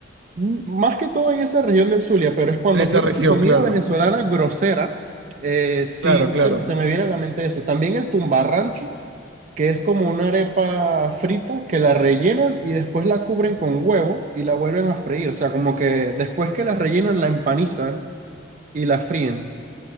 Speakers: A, on the right; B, on the right.
A: M- Más que todo en esa región del Zulia, pero es cuando
B: En esa
A: pienso
B: región,
A: en comida
B: claro.
A: venezolana grosera, eh, sí
B: Claro, claro.
A: se, se me viene a la mente eso. También el tumbarrancho, que es como una arepa frita que la rellenan y después la cubren con huevo y la vuelven a freír. O sea, como que después que la rellenan, la empanizan y la fríen.